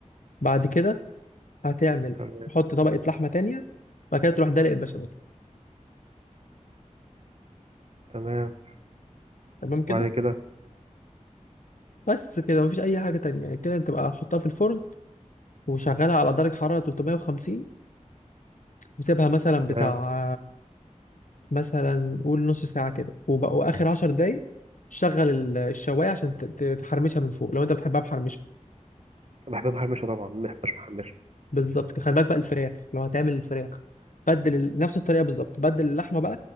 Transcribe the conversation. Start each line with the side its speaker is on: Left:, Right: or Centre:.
Left: بعد كده هتعمل
Right: تمام
Left: تحط طبقه لحمه تانية بعد كده تروح دلق البشاميل
Right: تمام
Left: تمام كده
Right: وبعد كده
Left: بس كده مفيش اي حاجه تانية يعني كده انت بقى حطها في الفرن وشغلها على درجه حراره 350 وسيبها مثلا
Right: تمام
Left: بتاع مثلا قول نص ساعة كده وبقى وآخر عشر دقايق شغل ال- الشواية عشان ت- ت- تحرمشها من فوق لو أنت بتحبها محرمشة
Right: بحب محمشة طبعا محبش محمشة
Left: بالظبط كده. خلي بالك بقى الفراخ لو هتعمل الفراخ بدل ال- نفس الطريقة بالظبط بدل اللحمة بقى